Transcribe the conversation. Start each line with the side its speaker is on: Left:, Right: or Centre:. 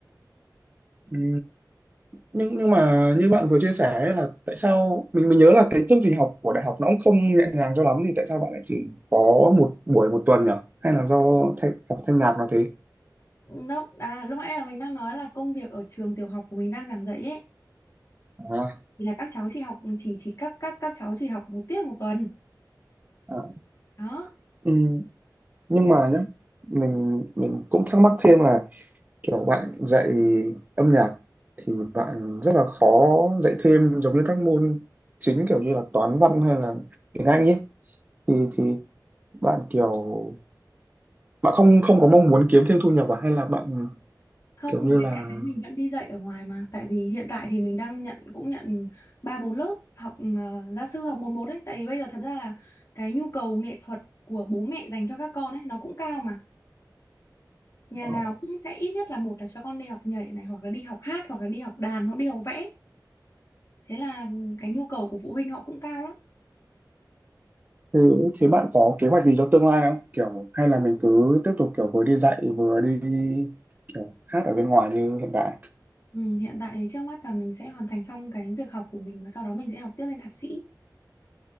Right: Ừ. Nhưng nhưng mà như bạn vừa chia sẻ ấy là tại sao mình mình nhớ là cái chương trình học của đại học nó cũng không nhẹ nhàng cho lắm thì tại sao bạn lại chỉ có một buổi một tuần nhỉ? Hay là do thay, học thanh nhạc nó thế?
Left: nó à lúc nãy là mình đang nói là công việc ở trường tiểu học của mình đang giảng dạy ấy
Right: À,
Left: thì là các cháu chỉ học chỉ chỉ các các các cháu chỉ học một tiết một tuần
Right: à.
Left: đó
Right: Ừ. Nhưng mà nhá, mình mình cũng thắc mắc thêm là kiểu bạn dạy âm nhạc thì bạn rất là khó dạy thêm giống như các môn chính kiểu như là toán văn hay là tiếng Anh ấy thì thì bạn kiểu bạn không không có mong muốn kiếm thêm thu nhập à hay là bạn
Left: không
Right: kiểu
Left: bên
Right: như là
Left: cạnh đấy mình vẫn đi dạy ở ngoài mà tại vì hiện tại thì mình đang nhận cũng nhận ba bốn lớp học ờ, gia sư học một một ấy tại vì bây giờ thật ra là cái nhu cầu nghệ thuật của bố mẹ dành cho các con ấy nó cũng cao mà nhà
Right: ờ,
Left: nào cũng sẽ ít nhất là một là cho con đi học nhảy này hoặc là đi học hát hoặc là đi học đàn hoặc đi học vẽ thế là cái nhu cầu của phụ huynh họ cũng cao lắm
Right: thế thế bạn có kế hoạch gì cho tương lai không kiểu hay là mình cứ tiếp tục kiểu vừa đi dạy vừa đi kiểu hát ở bên ngoài như hiện tại
Left: ừ, hiện tại trước mắt là mình sẽ hoàn thành xong cái việc học của mình và sau đó mình sẽ học tiếp lên thạc sĩ